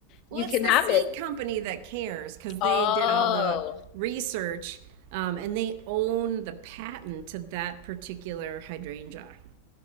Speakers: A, on the right; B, on the left.
A: Well,
B: You
A: it's
B: can
A: the
B: have
A: seed
B: it.
A: company that cares because
B: Oh,
A: they did all the research um, and they own the patent to that particular hydrangea.